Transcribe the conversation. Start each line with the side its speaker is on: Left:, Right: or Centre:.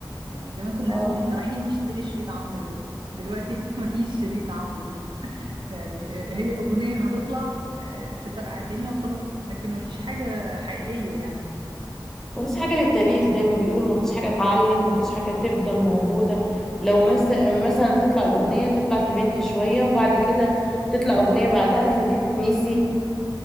Right: يعني زمان كنا
Centre: اه
Right: نقول احنا رايحين نشتري شريط عمرو دياب دلوقتي <laughs> مفيش شريط عمرو دياب يعني آه، هي اغنيه هتطلع آه، تفرقع الدنيا وخلاص لكن مفيش حاجه حقيقيه يعني
Centre: مفيش حاجة للتاريخ زي ما بيقولوا مفيش حاجة اتعلم مفيش حاجة تفضل موجودة لو مس- مثلا تطلع الأغنية تطلع ترند شوية وبعد كده تطلع أغنية بعدها فدي تتنسي